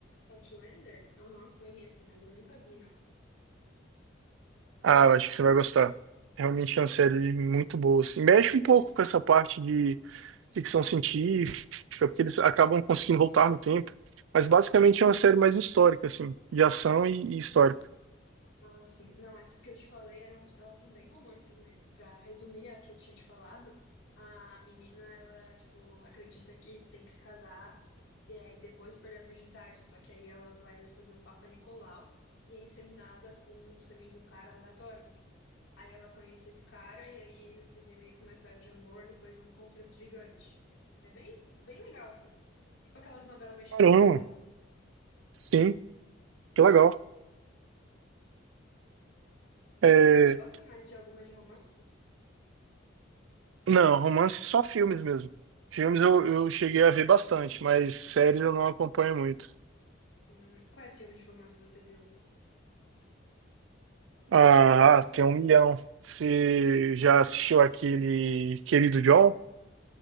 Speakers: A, on the left; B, on the right.
A: Outlander? Aham, conheço, mas eu nunca vi, não.
B: Ah, eu acho que você vai gostar. Realmente é uma série muito boa. assim. Mexe um pouco com essa parte de ficção científica, porque eles acabam conseguindo voltar no tempo. Mas basicamente é uma série mais histórica, assim, de ação e, e histórica.
A: Ah, sim. Não, essas que eu te falei eram, elas são bem romances mesmo. Pra resumir a que eu tinha te falado, a menina, ela, tipo, acredita que tem que se casar e aí depois perder a virgindade. Só que aí ela vai fazer um Papa Nicolau e é inseminada com o sêmen de um cara aleatório, assim. Aí ela conhece esse cara e aí eles vivem meio que uma história de amor depois de um conflito gigante. É bem, bem legal, assim. Tipo aquelas novelas mexicanas,
B: Caramba.
A: sabe?
B: Sim, que legal. É,
A: Você gosta mais de alguma de romance?
B: Não, romance só filmes mesmo. Filmes eu, eu cheguei a ver bastante, mas séries eu não acompanho muito.
A: Hum, quais filmes de romance você viu?
B: Ah, tem um milhão. Você já assistiu aquele Querido John?